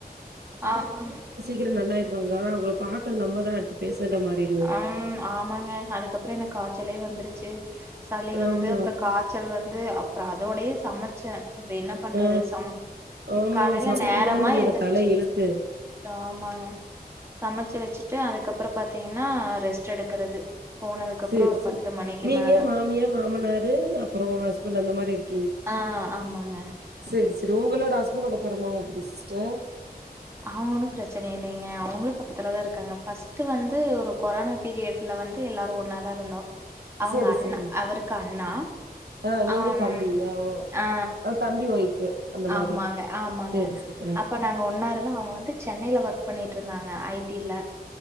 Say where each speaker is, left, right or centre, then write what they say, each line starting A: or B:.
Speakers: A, on the right; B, on the right.
A: அ ம்
B: கிற நல்லாய்ருவாங்க ஆனா அவுங்கள பாக்குற நம்ம தா அடுத்து பேசன்டா மாரிருவோ
A: ஆம் ஆமாங்க அதுக்கப்பற எனக்கு காச்சலயே வந்துருச்சு சளி வந்து
B: ஆமா
A: அப்றோ காச் பெறகு வந்து அப்றோ அதோடைய சமைச்சே அப்றோ என்னப் பண்றது
B: ஆ
A: சம்
B: ஆமா
A: காலேல
B: சமைக்கிறதுதா
A: நேரமா
B: நம்மளோட
A: எந்திருச்சு
B: தல எழுத்து
A: ஆமாங்க சமச்சு வச்சுட்டு அதுக்கப்பறோ பாத்தீங்கன்னா ரெஸ்ட் ட்ற எடுக்கிறது போனதுக்கு அப்பறோ
B: சேரி
A: ஒரு
B: சேரி
A: பத்து மணிக்கு
B: நீங்க
A: மேல
B: மாமியா மாமனாரு அப் அப்றோ ஹ்ஸ்பண்ட் அந்த மாரி இருக்
A: அ ஆமாங்க
B: சேரி சேரி உங்களோட ஹஸ்பண்ட்டோட பிறந்தவுங்க எப்டி சிஸ்டர்
A: அவுங்க ஒன்னு பிரெச்சன இல்லீங்க அவுங்களு பக்கத்துல தா இருக்காங்க ஃபஸ்ட்டு வந்து ஒரு கொரோனா பீரியட்ல வந்து எல்லாரு ஒன்னாதா இருந்தோ அவுங்க
B: செரி
A: அண்ணா
B: செரி
A: அவருக்கு அண்ணா
B: ஆ நீங்க
A: ஆம்
B: தம்பி ஆ ஓ
A: ஆ
B: தம்பி ஒய்ஃபு அந்த மாரி
A: ஆமாங்க ஆமாங்க
B: செரி செரி
A: அப்ப நாங்க ஒன்னா இருந்தோ அவுங்க வந்து சென்னைல ஒர்க் பண்ணிட்டு இருந்தாங்க ஐ டி ல